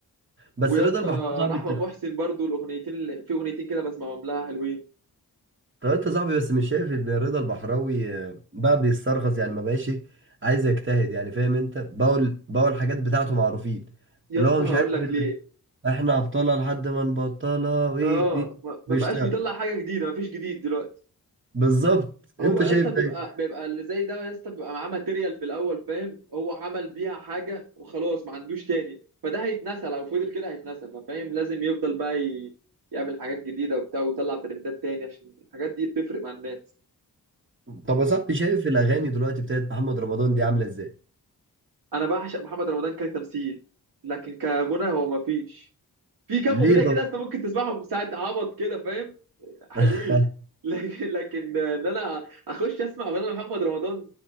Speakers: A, on the right (about 30°); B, on the right (about 80°).
A: بس
B: ويا
A: رضا
B: اسطى
A: البحراوي صاحبي
B: رحمة
A: انت
B: محسن برضو الأغنيتين اللي في أغنيتين كده بسمعهم لها حلوين
A: طب انت صاحبي بس مش شايف ان رضا البحراوي آه، بقى بيسترخص يعني ما بقاش إيه، عايز يجتهد يعني فاهم انت بقول بقول الحاجات بتاعته معروفين
B: يا
A: اللي
B: اسطى
A: هو مش
B: هقول
A: عارف
B: لك
A: إن
B: ليه
A: احنا ابطالها لحد ما نبطلها وايه
B: اه
A: إيه، إيه،
B: ما ما
A: بيشتغل
B: بقاش بيطلع حاجة جديدة ما فيش جديد دلوقتي
A: بالظبط
B: هو
A: انت
B: يا
A: شايف
B: اسطى
A: ده
B: بيبقى
A: إيه؟
B: بيبقى اللي زي ده يا اسطى بيبقى معاه ماتيريال في الاول فاهم هو عمل بيها حاجه وخلاص ما عندوش تاني فده هيتنسى لو فضل كده هيتنسى فاهم لازم يفضل بقى ي... يعمل حاجات جديده وبتاع ويطلع ترندات تاني عشان الحاجات دي بتفرق مع الناس
A: طب يا صاحبي شايف الاغاني دلوقتي بتاعت محمد رمضان دي عامله ازاي
B: انا بعشق محمد رمضان كتمثيل لكن كغنى هو ما فيش في كام
A: ليه
B: اغنيه
A: طب
B: كده اصلا ممكن تسمعهم ساعه عبط كده فاهم حلوين
A: <laughs>
B: <laughs> لكن لكن ان انا اخش اسمع اغنيه لمحمد رمضان